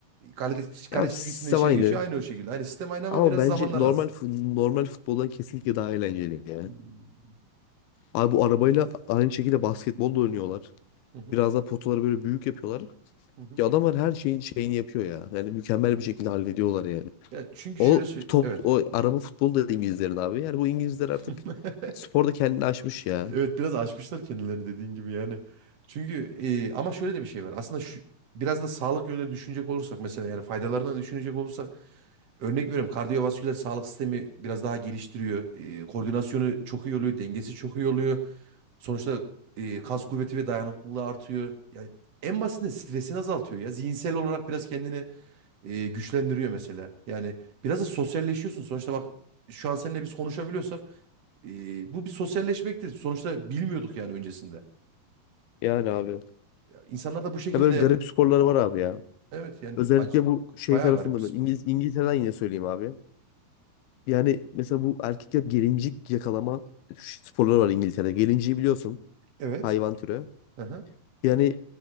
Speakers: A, on the right; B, on the left.
A: Kale, kale
B: Ya
A: çizgisinden
B: sistem
A: içeri
B: aynı.
A: geçiyor. Aynı o şekilde. Aynı sistem aynı ama
B: Ama
A: biraz
B: bence
A: zamanlar
B: normal
A: az.
B: fu- normal futboldan kesinlikle daha eğlenceli ya.
A: Hmm.
B: Abi bu arabayla aynı şekilde basketbol da oynuyorlar.
A: Hı hı,
B: Biraz daha potaları böyle büyük yapıyorlar.
A: hı hı.
B: Ya adamlar her şeyin şeyini yapıyor ya. Yani mükemmel bir şekilde hallediyorlar yani.
A: Ya çünkü
B: O
A: şöyle söyle
B: top,
A: evet.
B: o araba futbolu da İngilizlerin abi. Yani bu İngilizler artık
A: <laughs>
B: sporda kendini aşmış ya.
A: Evet biraz aşmışlar kendilerini dediğin gibi yani. Çünkü e, ama şöyle de bir şey var. Aslında şu biraz da sağlık yönüne düşünecek olursak mesela yani faydalarını düşünecek olursak örnek veriyorum kardiyovasküler sağlık sistemi biraz daha geliştiriyor. E, koordinasyonu çok iyi oluyor, dengesi çok iyi oluyor. Sonuçta e, kas kuvveti ve dayanıklılığı artıyor. Yani en basitinden stresini azaltıyor ya. Zihinsel olarak biraz kendini e, güçlendiriyor mesela. Yani biraz da sosyalleşiyorsun. Sonuçta bak şu an seninle biz konuşabiliyorsak E, bu bir sosyalleşmektir. Sonuçta bilmiyorduk yani öncesinde.
B: Yani abi.
A: Ya, İnsanlar da bu şekilde
B: Ya böyle garip sporları var abi ya.
A: evet yani
B: Özellikle
A: ac
B: bu şey
A: bayağı
B: tarafında
A: garip bir spor.
B: ben İngiliz, İngiltere'den yine söyleyeyim abi. Yani mesela bu erkekler gelincik yakalama sporları var İngiltere'de. Gelinciği biliyorsun
A: Evet.
B: hayvan türü.
A: Aha.
B: Yani